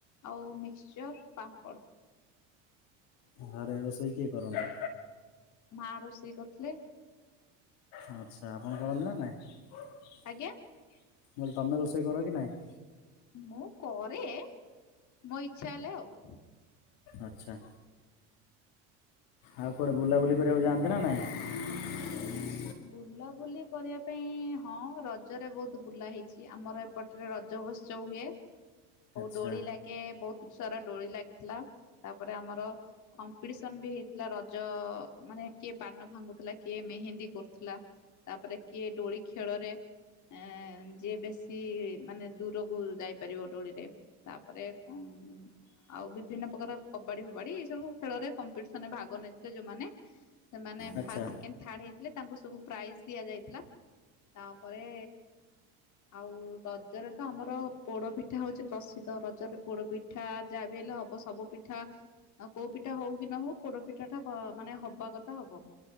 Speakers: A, on the left; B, on the left.
A: ଆଉ ମିକ୍ସଚର ପା ମ୍ପଡ।
B: ହଁ ଘରେ ରୋଷେଇ କିଏ କରନ୍ତି?
A: ମା ରୋଷେଇ କରିଥିଲେ।
B: ଆଚ୍ଛା ଆପଣ କରନ୍ତି ନା ନାଇଁ। ମୁଁ
A: ଆଜ୍ଞା।
B: କହିଲି ତମେ ରୋଷେଇ କର କି ନାଇଁ?
A: ମୁଁ କରେ, ମୋ ଇଚ୍ଛା ହେଲେ ଆଉ।
B: ଆଚ୍ଛା। ଆଉ କୁଆଡେ ବୁଲାବୁଲି କରିବାକୁ ଯାଆନ୍ତି ନା ନାଇଁ।
A: ବୁଲାବୁଲି କରିବା ପାଇଁ ହଁ ରଜରେ ବହୁତ ବୁଲା ହେଇଛି ଆମର ଏପଟରେ ରଜ ଵ ମହୋତ୍ସବ ହୁଏ ଓ
B: ଆଚ୍ଛା
A: ଡୋଳି ଲାଗେ ବହୁତ ସାରା ଦୋଳି ଲାଗିଥିଲା ତାପରେ ଆମର କମ୍ପିଟିସନ ବି ହେଇଥିଲା ରଜ ମାନେ କିଏ ପା ପାନ ଭାଙ୍ଗୁଥିଲା, କିଏ ମେହେନ୍ଦୀ କରୁଥିଲା, ତାପରେ କିଏ ଦୋଳି ଖେଳରେ ଏ ଯିଏ ବେଶୀ ମାନେ ଦୂରକୁ ଯାଇପାରିବ ଦୋଳିରେ ତାପରେ କଣ ଆଉ ବିଭିନ୍ନ ପ୍ରକାର କବାଡି ଫବାଡି ଏଇ ସବୁ ଖେଳରେ କମ୍ପିଟିସନରେ ଭାଗ ନେଇଥିଲେ ଯୋଉମାନେ ସେମାନେ
B: ଆଚ୍ଛା
A: ଫାଷ୍ଟ, ସେକେଣ୍ଡ, ଥାଡ୍ ହେଇଥିଲେ ତାଙ୍କୁ ସବୁ ପ୍ରାଇଜ ଦିଆଯାଇଥିଲା। ତାପରେ ଆଉ ରଜରେ ତ ଆମର ପୋଡପିଠା ହଉଛି ପ୍ରସିଦ୍ଧ ରଜରେ ପୋଡ ପିଠା ଯାହା ବି ହେଲେ ହବ ସବୁ ପିଠା କୋଉ ପିଠା ହଉ କି ନ ହଉ ପୋଡ ପିଠା ଟା ମାନେ ହବା କଥା ହବ।